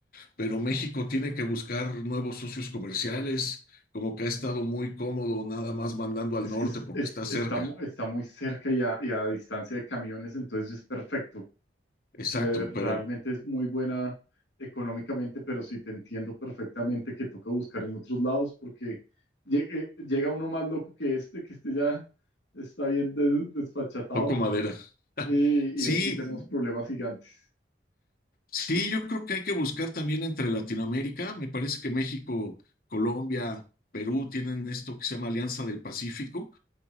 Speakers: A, on the left; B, on the left.
A: pero México tiene que buscar nuevos socios comerciales, como que ha estado muy cómodo nada más mandando
B: Es
A: al norte
B: que es-
A: porque
B: es-
A: está cerca.
B: está, mu- está muy cerca y a, y a distancia de camiones, entonces es perfecto.
A: Exacto,
B: eh, realmente
A: pero
B: es muy buena económicamente, pero sí te entiendo perfectamente que toca buscar en otros lados porque llegue- llega uno más loco que este, que este ya está bien de- desfachatado
A: toco madera. <laughs>
B: y,
A: Sí,
B: y ahí sí tenemos problemas gigantes.
A: Sí, yo creo que hay que buscar también entre Latinoamérica. Me parece que México, Colombia, Perú tienen esto que se llama Alianza del Pacífico,